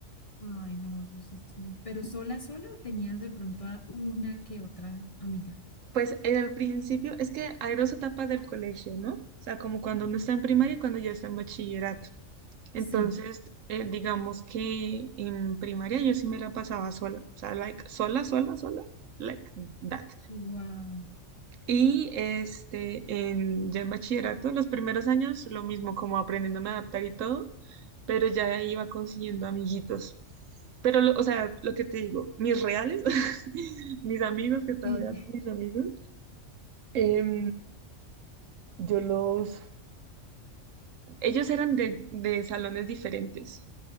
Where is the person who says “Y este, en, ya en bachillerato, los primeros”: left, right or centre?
Right